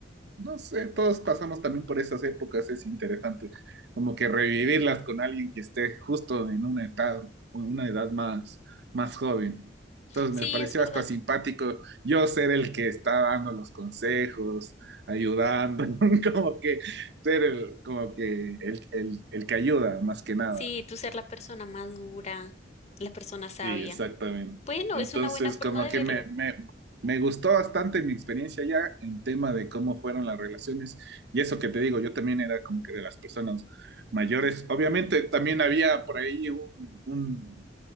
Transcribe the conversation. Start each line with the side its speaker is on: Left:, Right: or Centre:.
Right: no sé, todos pasamos también por esas épocas, es interesante como que revivirlas con alguien que esté justo en una edad, o en una edad más, más joven. Entonces
Left: sí,
Right: me pareció
Left: es verdad.
Right: hasta simpático yo ser el que está dando los consejos, ayudando, <laughs> como que ser el, como que el, el el que ayuda más que nada.
Left: Sí, tú ser la persona madura, la persona sabia.
Right: Sí, exactamente.
Left: Bueno,
Right: Entonces,
Left: es una buena forma
Right: como
Left: de
Right: que
Left: verlo.
Right: me, me, me gustó bastante mi experiencia ya en tema de cómo fueron las relaciones. Y eso que te digo, yo también era como que de las personas mayores. Obviamente, también había por ahí un, un,